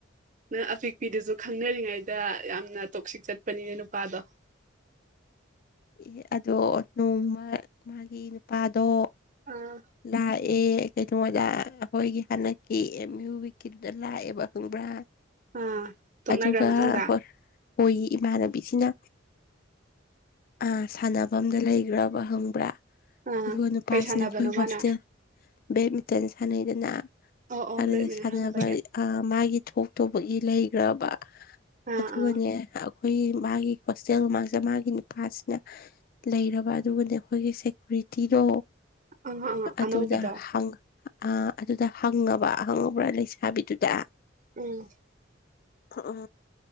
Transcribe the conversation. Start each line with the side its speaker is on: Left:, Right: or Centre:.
Right: ꯅꯪ ꯑꯄꯤꯛꯄꯤꯗꯨꯁꯨ ꯈꯪꯅꯔꯤꯉꯩꯗ ꯌꯥꯝꯅ ꯇꯣꯛꯁꯤꯛ ꯆꯠꯄꯅꯤꯅꯦ ꯅꯨꯄꯥꯗꯣ <unintelligible>
Left: ꯑꯦ ꯑꯗꯣ ꯅꯣꯡꯃ ꯃꯥꯒꯤ ꯅꯨꯄꯥꯗꯣ
Right: ꯑꯥ
Left: ꯂꯥꯏ ꯑꯦ ꯀꯩꯩꯅꯣꯗ ꯑꯩꯈꯣꯏꯒꯤ ꯍꯟꯗꯛꯀꯤ ꯑꯦꯝ ꯌꯨ ꯋꯤꯛꯀꯤꯗꯨꯗꯥ ꯈꯪꯕ꯭ꯔꯥ
Right: ꯑꯥ ꯇꯣꯛꯅꯈ꯭ꯔ
Left: ꯑꯗꯨꯒ
Right: ꯃꯇꯨꯡꯗ
Left: ꯍꯣꯏ ꯍꯣꯏꯒꯤ ꯏꯃꯥꯟꯅꯕꯤꯁꯤꯅ ꯑꯥ ꯁꯥꯟꯅꯐꯝꯗ ꯂꯩꯈ꯭ꯔꯕ ꯈꯪꯕ꯭ꯔꯥ
Right: ꯑꯥ
Left: ꯑꯗꯨꯒ ꯅꯨꯄꯥꯁꯤꯅ
Right: ꯀꯩ ꯁꯥꯟꯅꯕꯅꯣ
Left: ꯑꯩꯈꯣꯏ ꯍꯣꯁꯇꯦꯜ
Right: ꯃꯥꯅ
Left: ꯕꯦꯠꯃꯤꯟꯇꯟ ꯁꯥꯟꯅꯩꯗꯅ
Right: ꯑꯣ ꯑꯣ
Left: ꯑꯗꯨꯗꯥ
Right: ꯕꯦꯠꯃꯤꯟꯇꯟ
Left: ꯁꯅꯕ
Right: ꯁꯥꯟꯅꯕꯒꯤ
Left: ꯑ ꯃꯥꯒꯤ ꯊꯣꯛꯇꯨꯕꯒꯤ ꯂꯩꯈ꯭ꯔꯕ
Right: ꯑꯥ
Left: ꯑꯗꯨꯒꯅꯦ
Right: ꯑꯥ
Left: ꯑꯩꯈꯣꯏꯒꯤ ꯃꯥꯒꯤ ꯍꯣꯁꯇꯦꯜ ꯃꯃꯥꯡꯁꯦ ꯃꯥꯒꯤ ꯅꯨꯄꯥꯁꯦ ꯂꯩꯔꯕ ꯑꯗꯨꯒꯅꯦ ꯑꯩꯈꯣꯏꯒꯤ ꯁꯦꯀꯨꯔꯤꯇꯤꯗꯣ
Right: ꯑꯥ ꯑꯥ
Left: ꯑꯗꯨꯗ
Right: ꯑꯅꯧꯕꯤꯗꯣ
Left: ꯍ ꯑ ꯑꯗꯨꯗ ꯍꯪꯉꯕ ꯍꯪꯉꯕ꯭ꯔꯥ ꯂꯩꯁꯥꯕꯤꯗꯨꯗ
Right: ꯎꯝ
Left: ꯎ ꯎ